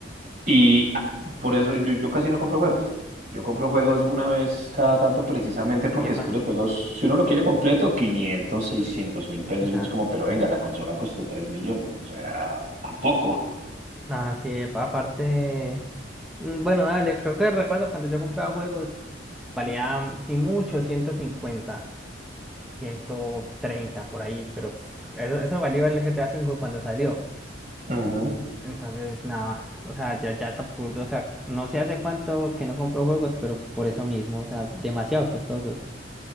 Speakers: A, on the right (about 45°); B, in the centre.
A: y ah, por eso yo, yo casi no compro juegos. Yo compro juegos una vez cada tanto precisamente porque
B: epa,
A: es que los juegos, si uno lo quiere completo, 500, 600 mil pesos
B: nada,
A: y uno es como, pero
B: sí,
A: venga, la consola costó 3 millones, o sea, tampoco.
B: nada, sí, epa, aparte, mm, bueno, dale, creo que recuerdo cuando yo compraba juegos, valía, sí mucho, ciento cincuenta ciento treinta por ahí, pero pues, eso, eso valió el GTA cinco cuando salió.
A: Ujú.
B: Entonces, nada, o sea, ya, ya es absurdo. O sea, no sé hace cuánto que no compro juegos, pero por eso mismo, o sea, demasiado costosos.